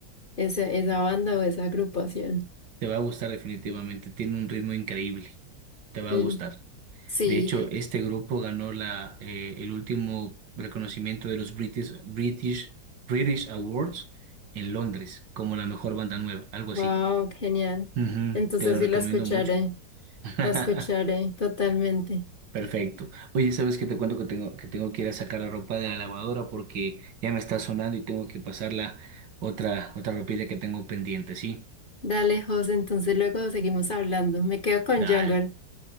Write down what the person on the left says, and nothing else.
esa, esa banda o esa agrupación.
Y-
Sí,
wow,
genial.
Entonces
sí
la escucharé,
la escucharé totalmente.
Dale, José, entonces luego seguimos hablando. Me quedo con
Jungle.